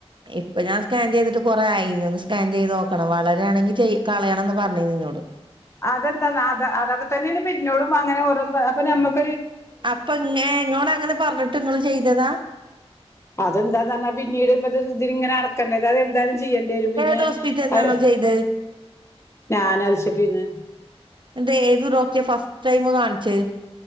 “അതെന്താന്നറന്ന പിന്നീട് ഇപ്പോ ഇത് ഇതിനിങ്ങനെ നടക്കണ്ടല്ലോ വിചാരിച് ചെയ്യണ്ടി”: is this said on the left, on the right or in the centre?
Left